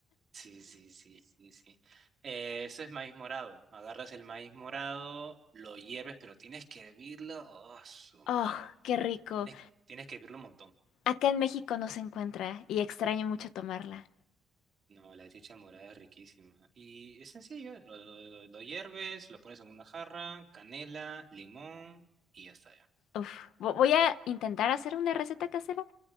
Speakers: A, on the right; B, on the left.
A: Sí, sí, sí, sí, sí. Eh, eso es maíz morado. Agarras el maíz morado, lo hierves, pero tienes que hervirlo. Oh, su
B: Oh,
A: madre.
B: qué rico.
A: Tienes, tienes que hervirlo un montón.
B: Acá en México no se encuentra y extraño mucho tomarla.
A: No, la chicha morada es riquísima. Y es sencillo, lo, lo, lo- lo hierves, lo pones en una jarra, canela, limón y ya está ya. <laughs>
B: Uf, vo- voy a intentar hacer una receta casera